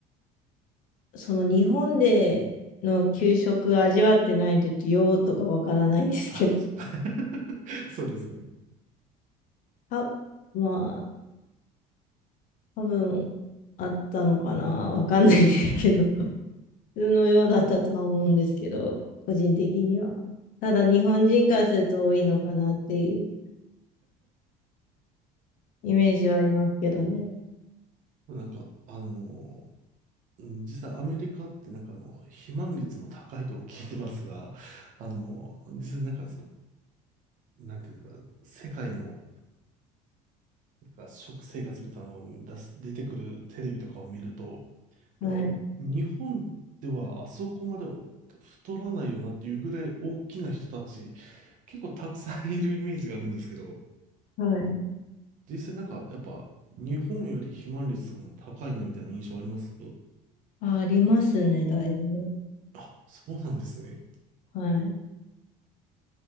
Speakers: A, on the left; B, on the right.
A: その日本での給食味わってないんで、ようとかわからないんですけど、
B: あ、そうか <laughs> そうですよね。
A: あ、まあ、多分あったのかな、わかんないですけど、<laughs> 普通のようだったとは思うんですけど、個人的には。ただ、日本人からすると多いのかなっていうイメージはありますけどね。
B: なんか、あの、うん実際アメリカってなんかあの、肥満率も高いとは聞いてますが、あの、実際なんかその、なんていうのか、世界の、なんか食生活みたいなのを出す、出てくるテレビとかを見ると、
A: はい。
B: てか、日本ではあそこまで太らないよなっていうぐらい大きな人たち、結構たくさんいるイメージがあるんですけど、
A: はい。
B: 実際なんかやっぱ日本より肥満率とかも高いなみたいな印象あります
A: あ、ありますね、だいぶ。
B: あ、そうなんですね。
A: はい。